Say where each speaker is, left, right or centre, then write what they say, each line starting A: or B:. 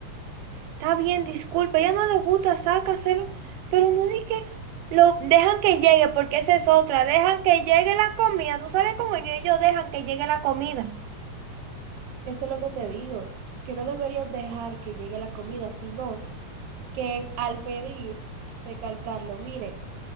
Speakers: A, on the right; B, on the right.
A: Está bien, disculpa, ya no le gusta, sácaselo, pero no di que lo dejan que llegue, porque esa es otra, dejan que llegue la comida, tú sabes cómo yo, ellos dejan que llegue la comida.
B: Eso es lo que te digo, que no deberías dejar que llegue la comida, sino que al pedir, recalcarlo, mire,